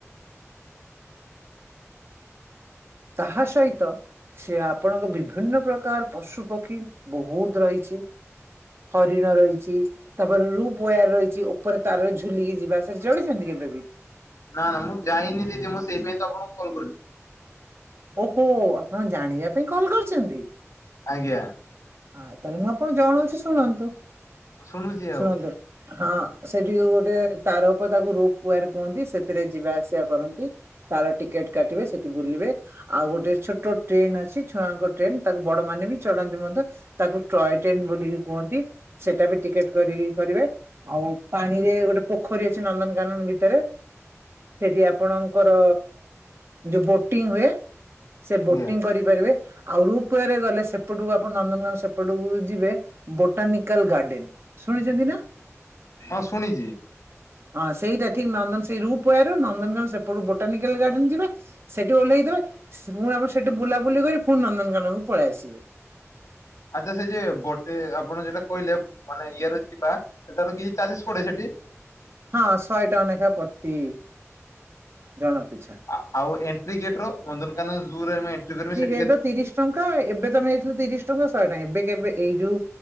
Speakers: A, on the left (about 80°); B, on the right (about 50°).
A: ଆଛା।
B: ତାହା ସହିତ ସେ ଆପଣଙ୍କ ବିଭିନ୍ନ ପ୍ରକାର ପଶୁ ପକ୍ଷୀ ବହୁତ ରହିଛି। ହରିଣ ରହିଛି। ତାପରେ ରୁପ ଓୟାର ରହିଛି ଉପରେ ତାରରେ ଝୁଲିକି ଯିବା, ସେଠି ଚଢ଼ିଚନ୍ତି କେବେ ବି?
A: ନା ନା ମୁଁ ଯାଇନି ଦିଦି। ମୁଁ ସେଇଥି ପାଇଁ ତ ଆପଣଙ୍କୁ କଲ୍ କରିଚି।
B: ଓହୋ ଆପଣ ଜାଣିବା ପାଇଁ କଲ୍ କରିଚନ୍ତି?
A: ଆଜ୍ଞା।
B: ଆ ତାହେଲେ ମୁଁ ଆପଣଙ୍କୁ ଜଣଉଛି ଶୁଣନ୍ତୁ।
A: ଶୁଣୁଛି ଆଉ
B: ଶୁଣନ୍ତୁ ହଁ। ସେଠି ଗୋଟେ ତାର ଉପରେ ତାକୁ ରୂପ ଓୟାର କୁହନ୍ତି ସେଥିରେ ଯିବା ଆସିବା କରନ୍ତି। ତାର ଟିକେଟ କାଟିବେ ସେଠି ବୁଲିବେ। ଆଉ ଗୋଟେ ଛୋଟ ଟ୍ରେନ ଅଛି ଛୁଆଙ୍କ ଟ୍ରେନ, ତାକୁ ବଡ ମାନେ ବି ଚଢ଼ନ୍ତି ମଧ୍ୟ। ତାକୁ ଟ୍ରଏ ଟ୍ରେନ୍ ବୋଲିବି କୁହନ୍ତି। ସେଇଟା ବି ଟିକେଟ କରିକି କରିବେ। ଆଉ ପାଣି ରେ ଗୋଟେ ପୋଖରୀ ଅଛି ନନ୍ଦନକାନନ ଭିତରେ। ସେଠି ଆପଣଙ୍କର ଯୋଉ ବୋଟିଂ ହୁଏ, ସେ ବୋଟିଂ
A: ଆଜ୍ଞା
B: କରିପାରିବେ। ଆଉ ରୁପ ୱେରେ ଗଲେ ସେପଟକୁ ଆପଣ ନନ୍ଦନ ତ ସେପଟକୁ ଯିବେ ବୋଟାନିକାଲ ଗାର୍ଡେନ, ଶୁଣିଛନ୍ତି ନା?
A: ହଁ ଶୁଣିଚି।
B: ହଁ ସେଇଟା ଠିକ୍ ନନ୍ଦନ ସେଇ ରୁପ ୱାର ନନ୍ଦନକାନନ ସେପଟକୁ ବୋଟାନିକାଲ ଗାର୍ଡେନ୍ ଯିବେ। ସେଠି ଓହ୍ଲେଇଦେବେ। ପୁଣି ଆମର ସେଠି ବୁଲାବୁଲି କରି ପୁଣି ନନ୍ଦନକାନନକୁ ପଳେଇ ଆସିବେ।
A: ଆଚ୍ଛା ସେ ଯେ ବୋଟେ ଆପଣ ଯେଟା କହିଲେ ମାନେ ଇଏରେ ଯିବା ସେଟାର ଇଏ ଚାର୍ଜେସ ପଡେ ସେଠି?
B: ହଁ ଶହେ ଟଙ୍କା ନେଖା ପତି ଜଣ ପିଛା।
A: ଆ-ଆଉ ଏଣ୍ଟ୍ରି ଗେଟ ର ନନ୍ଦନକାନନ ଜୁରେ ମୁଁ ଏଣ୍ଟ୍ରି କରିବା ସେଠି
B: ରେଟ
A: କେ
B: ତିରିଶ ଟଙ୍କା ଏବେ ତ ଆମେ ଯାଇଥିଲୁ ତିରିଶ ଟଙ୍କା ଶହେ ଟଙ୍କା ଏବେ କେବେ ଏଇ ଯୋଉ